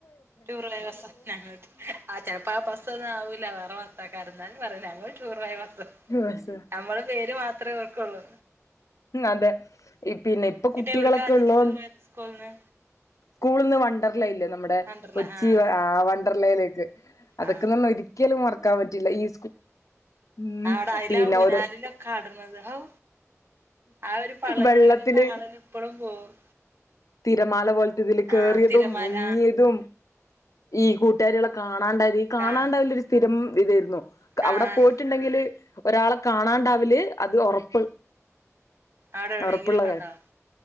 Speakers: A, on the right; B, on the left.
A: ടൂറ് പോയ ബസ്സാ. <unintelligible> ആ ചിലപ്പ ആ ബസ്സൊന്നും ആവൂല്ല വേറെ വ തക്കാട്ന്നാണ് ന്നാലും പറയുംല്ലേ ഞങ്ങള് ടൂറ് പോയബസ്.
B: ബസ്സാ
A: നമ്മള് പേര് മാത്രേ ഓർക്കുള്ളൂ.
B: ഉം അതെ ഇപ്പ്ന്നെ
A: എന്നിട്ട്
B: ഇപ്പ കുട്ടികളൊക്കെ
A: എവിടക്കാ ആദ്യായിട്ട്
B: ഉള്ളോ
A: ടൂർ പോയത് സ്കൂൾന്ന്
B: സ്കൂളന്ന് വണ്ടർലേല്
A: വണ്ടർലാ
B: കൊച്ചി
A: ആഹ്
B: ആ വണ്ടർലയിലേക്ക് അതൊക്കെന്ന്
A: ആഹ്
B: പറഞ്ഞാ ഒരിക്കലും മറക്കാൻ പറ്റില്ല ഈ സ്കൂ ഉം
A: ആ അവടെ അയിലാ
B: പിന്നെ
A: ഊഞ്ഞാലിലൊക്കെ
B: ഓരോ
A: ആടണത് ഹൗ ആ ഒരു പള്ളന്റുള്ളിലെ
B: വെള്ളത്തില്
A: കാളല് ഇപ്പളും പോവും
B: തിരമാല പോലത്തെ ഇതില് കേറ്യതും
A: ആഹ് തിരമാല
B: മുങ്ങിയതും ഈ കൂട്ടുകാരികളൊ കാണാണ്ടാവല്. കാണാണ്ടാവല്
A: ആഹ്
B: ഒര് സ്ഥിരം ഇതേയിരുന്നു.
A: ആഹ്
B: അവിടെ പോയിട്ടുണ്ടെങ്കില് ഒരാളെ കാണാണ്ടാവല് അത് ഒറപ്പ്
A: ആട എവിടെങ്കിലൊക്കെണ്ടാവും
B: ഒറപ്പുള്ള കാര്യം